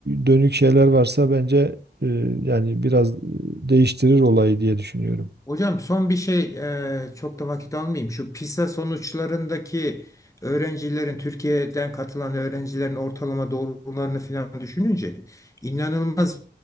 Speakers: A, on the right; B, on the left.
A: dönük şeyler varsa bence e, yani biraz değiştirir olayı diye düşünüyorum.
B: Hocam son bir şey e, çok da vakit almayayım. Şu PISA sonuçlarındaki öğrencilerin Türkiye'den katılan öğrencilerin ortalama doğrularını falan düşününce inanılmaz